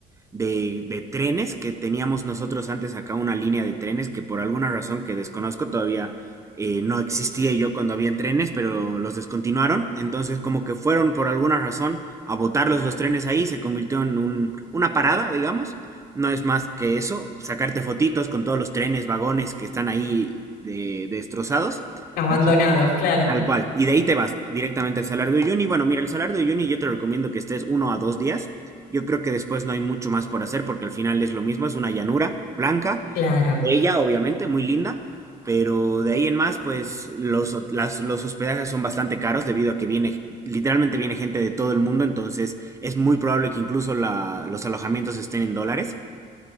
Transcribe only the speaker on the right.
de, de trenes que teníamos nosotros antes acá una línea de trenes que por alguna razón que desconozco todavía eh, no existía yo cuando habían trenes, pero los descontinuaron. Entonces como que fueron por alguna razón a botarlos los trenes ahí, se convirtió en un- una parada, digamos no es más que eso, sacarte fotitos con todos los trenes, vagones que están ahí de- destrozados
y te-
tal cual. Y de ahí te vas directamente al Salar de Uyuni. Bueno, mira, el Salar de Uyuni yo te recomiendo que estés uno a dos días. Yo creo que después no hay mucho más por hacer porque al final es lo mismo, es una llanura blanca,
bella, obviamente, muy linda, pero de ahí en más, pues los, ho- las- los hospedajes son bastante caros debido a que viene, literalmente viene gente de todo el mundo, entonces es muy probable que incluso la- los alojamientos estén en dólares.